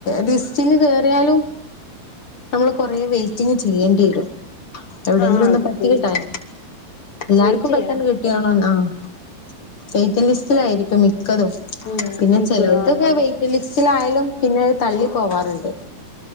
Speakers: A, on the left (about 45°); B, on the left (about 85°).
A: ബിസ് ച്ചങ്ങ് കേറിയാലും നമ്മള് കൊറേ വെറ്റിങ് ചെയ്യേണ്ടി വരും എവിടെയെങ്കിലും
B: ആഹ് ആണ്
A: ഒന്ന് പറ്റി
B: വെയിറ്റ്
A: കിട്ടാൻ എല്ലാർക്കും
B: വെയിറ്റ് ചെയ്യണം
A: പെട്ടെന്ന് കിട്ടിയാണൊന്ന ആഹ് വെയ്റ്റിംഗ് ലിസ്റ്റിലായിരിക്കും മിക്കതും
B: ഉം
A: പിന്നെ
B: മിക്കതാന്ന്
A: ചെലവർക്കൊക്കെ വെയ്റ്റിംഗ് ലിസ് റ്റിലായാലും പിന്നെ തള്ളി പോവാറുണ്ട്